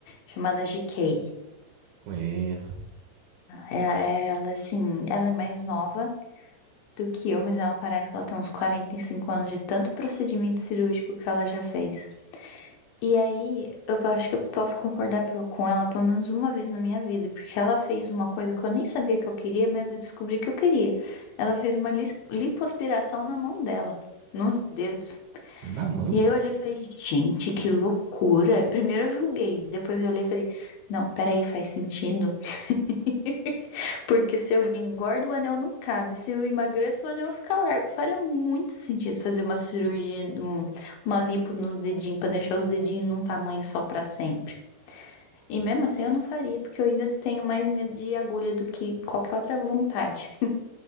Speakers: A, on the left; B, on the right.
A: Chamada GK.
B: Conheço.
A: É- Ela, assim, ela é mais nova do que eu, mas ela parece que ela tem uns 45 anos de tanto procedimento cirúrgico que ela já fez. E aí, eu acho que eu posso concordar pelo- com ela pelo menos uma vez na minha vida, porque ela fez uma coisa que eu nem sabia que eu queria, mas eu descobri que eu queria. Ela fez uma lis- lipoaspiração na mão dela, nos dedos.
B: Na mão?
A: E aí eu olhei e falei, gente, que loucura. Primeiro eu julguei, depois eu olhei e falei, não, peraí, faz sentido. <laughs> Porque se eu engordo, o anel não cabe. Se eu emagreço, o anel fica largo. Faria muito sentido fazer uma cirurgia, um- uma lipo nos dedinhos, pra deixar os dedinhos num tamanho só pra sempre. E mesmo assim eu não faria, porque eu ainda tenho mais medo de agulha do que qualquer outra vontade.